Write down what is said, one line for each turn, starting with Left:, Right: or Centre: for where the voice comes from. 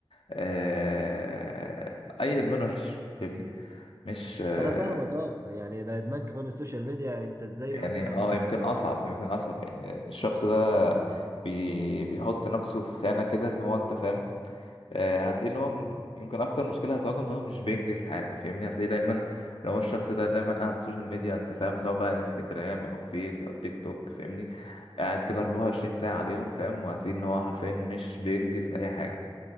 Left: آه اي ادمان وحش فاهمني مش آه
Right: انا فاهمك اه يعني ده ادمان كمان السوشيال ميديا يعني انت ازاي
Left: يعني
Right: مثلا
Left: اه
Right: وانت
Left: يمكن اصعب يمكن اصعب يعني الشخص ده بي بيحط نفسه في خانه كده ان هو انت فاهم آه، هتلاقي ان هو من- يمكن اكتر مشكله هتواجهه ان هو مش بينجز حاجه فاهمني هتلاقيه دايما لو هو الشخص ده دايما قاعد على السوشيال ميديا انت فاهم سواء بقى انستجرام او فيس او تيك توك فاهمني قاعد كده 24 ساعه عليهم فاهم وهتلاقي ان هو حرفيا مش بينجز اي حاجه